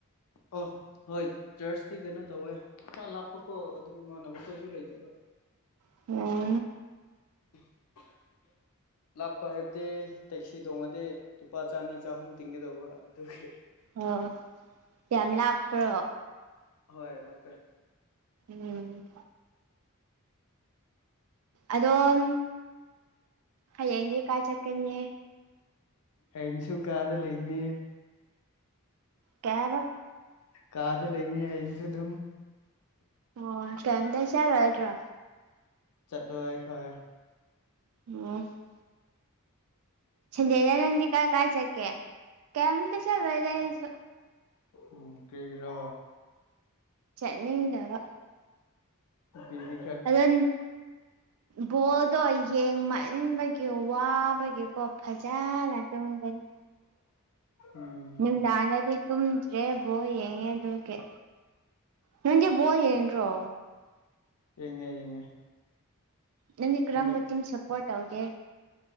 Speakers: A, on the left; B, on the right.
A: ꯑꯣ ꯍꯣꯏ ꯆꯔꯁꯇꯤ ꯀꯩꯅꯣ ꯇꯧꯋꯦ ꯈꯔ ꯂꯥꯞꯄꯀꯣ ꯑꯗꯨ ꯏꯃꯥꯟꯅꯕꯈꯣꯏꯁꯨ ꯂꯩꯇꯕ
B: <unintelligible>
A: <unintelligible> ꯂꯥꯞꯄ ꯍꯥꯏꯕꯗꯤ ꯇꯦꯛꯁꯤ ꯇꯣꯡꯉꯗꯤ ꯂꯨꯄꯥ ꯆꯥꯅꯤ ꯆꯍꯨꯝ ꯇꯤꯡꯒꯗꯧꯕ ꯑꯗꯨꯒꯤ
B: ꯑꯣ ꯌꯥꯝ ꯂꯥꯞꯄ꯭ꯔꯣ
A: ꯍꯣꯏ ꯂꯥꯞꯄꯦ
B: ꯎꯝ ꯑꯗꯣꯝ ꯍꯌꯦꯡꯗꯤ ꯀꯥꯏ ꯆꯠꯀꯅꯤ
A: ꯍꯌꯦꯡꯁꯨ ꯀꯥꯗ ꯂꯩꯒꯅꯤ
B: ꯀꯩ ꯍꯥꯏꯕ
A: ꯀꯥꯗ ꯂꯩꯒꯅꯤ ꯍꯌꯦꯡꯁꯨ ꯗꯨꯝ
B: ꯑꯣ ꯀꯩꯝꯇ ꯆꯠꯂꯣꯏꯗ꯭ꯔꯣ
A: ꯆꯠꯂꯣꯏ ꯍꯣꯏ
B: <unintelligible> ꯁꯟꯗꯦꯗ ꯅꯪꯗꯤ ꯀꯥꯏ ꯀꯥꯏ ꯆꯠꯀꯦ ꯀꯩꯝꯇ ꯆꯠꯂꯣꯏꯗ ꯑꯩꯁꯨ
A: ꯎꯝ ꯀꯩꯒꯤꯔꯣ
B: ꯆꯠꯅꯤꯡꯗꯕ
A: <unintelligible>
B: <unintelligible> ꯕꯣꯜꯗꯣ ꯌꯦꯡꯃꯟꯕꯒꯤ ꯋꯥꯕꯒꯤꯀꯣ ꯐꯖꯅ ꯇꯨꯝꯒꯅꯤ
A: ꯎꯝ
B: ꯅꯨꯡꯗꯥꯡꯗꯗꯤ ꯇꯨꯝꯗ꯭ꯔꯦ ꯕꯣꯜ ꯌꯦꯡꯉꯦ ꯑꯗꯨꯒꯤ ꯅꯪꯗꯤ ꯕꯣꯜ ꯌꯦꯡꯗ꯭ꯔꯣ
A: ꯌꯦꯡꯉꯦ ꯌꯦꯡꯉꯦ
B: ꯅꯪꯗꯤ ꯀꯔꯝꯕ
A: ꯍꯟꯗꯛ
B: ꯇꯤꯝ ꯁꯞꯄꯣꯔꯠ ꯇꯧꯒꯦ